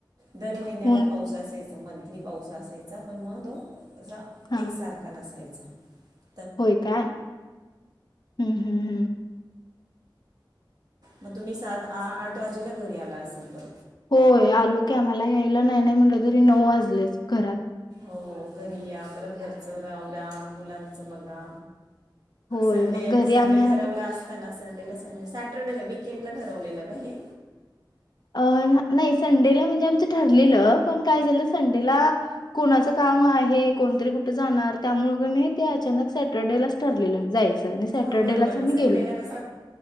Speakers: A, on the right; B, on the left.
A: दर महिन्याला
B: ऊन
A: पाऊस
B: पण-
A: असयच म्हण कली पाऊस असायचा पण मग दो जा
B: हा
A: एकसारखा नसाय <inaudible>
B: होय काय? हम्म हम्म हम्म!
A: मग तुम्ही सात आ आठ वाजेला घरी आला असेल, पर
B: होय आलो, की आम्हाला यायला नाही नाही म्हटलं तरी नऊ वाजलेच घरात.
A: हो घरी या परत घरचं आवरा मुलांचं बघा.
B: होय
A: संडे
B: मग घरी
A: संडे
B: आम्ही
A: ठरवला
B: आलो
A: असताना संडेला सॅट सॅटरडे वीकेंड ला ठरवलेलं का हे?
B: अ नाही संडेला म्हणजे आमचं ठरलेलं पण काय झालं? संडेला कोणाचं काम आहे. कोणतरी कुठं जाणार त्यामुळंच, क नई ते अचानक सॅटर्डेलाच ठरलेलं जायचं. आणि सॅटर्डेलाच
A: हां बरोबर
B: आम्ही
A: मग संडे
B: गेलो
A: ला कस